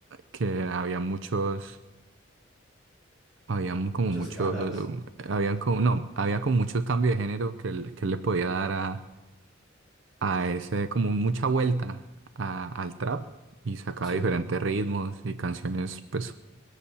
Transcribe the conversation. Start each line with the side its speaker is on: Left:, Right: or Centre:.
Right: que había muchos, habían como
Centre: Muchas
Right: muchos,
Centre: caras.
Right: habían como, no, había como muchos cambios de género que, él- que él le podía dar a a ese, como mucha vuelta a- al trap y sacaba
Centre: Sí.
Right: diferentes ritmos y canciones pues